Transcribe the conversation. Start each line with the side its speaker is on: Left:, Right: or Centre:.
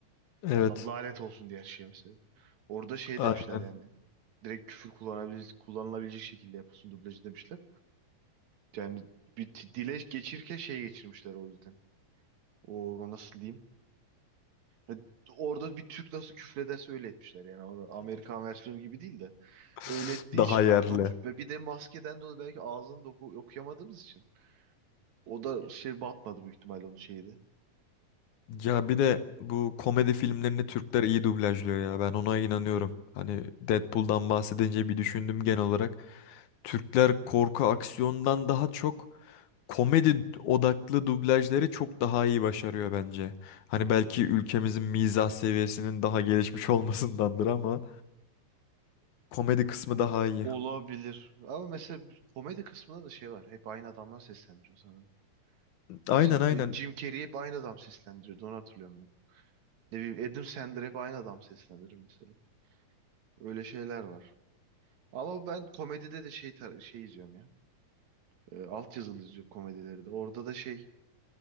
Left: Evet,
Right: Adam lanet olsun diye her şeye mesela. Orada şey
Left: aynen.
Right: demişler yani. Direkt küfür kullanabil kullanılabilecek şekilde yapılsın dublajı demişler. Yani bir t- dile geçirirken şey geçirmişler o yüzden. O nasıl diyeyim? Ya, Orada bir Türk nasıl küfrederse öyle etmişler. Yani orada Amerikan versiyonu gibi değil de
Left: <laughs>
Right: öyle ettiği
Left: Daha
Right: için
Left: yerli.
Right: rahat olmuş. Ve bir de maskeden dolayı belki ağzını da oku- okuyamadığımız için. O da şey batmadı büyük ihtimalle onun şeydi.
Left: Ya bir de bu komedi filmlerini Türkler iyi dublajlıyor ya. Ben ona inanıyorum. Hani Deadpool'dan bahsedince bir düşündüm genel olarak. Türkler korku aksiyondan daha çok komedi odaklı dublajları çok daha iyi başarıyor bence. Hani belki ülkemizin mizah seviyesinin daha gelişmiş <laughs> olmasındandır ama komedi kısmı
Right: O-
Left: daha iyi.
Right: Olabilir. Ama mesela komedi kısmında da şey var. Hep aynı adamlar seslendiriyor sanırım.
Left: Aynen
Right: Mesela
Left: aynen.
Right: böyle Jim Carrey hep aynı adam seslendiriyordu. Onu hatırlıyorum ben. Ne bileyim Adam Sandler hep aynı adam seslendirir mesela. Öyle şeyler var. Ama ben komedide de şey tar- şey izliyorum ya. E, alt yazılı izliyorum komedileri de. Orada da şey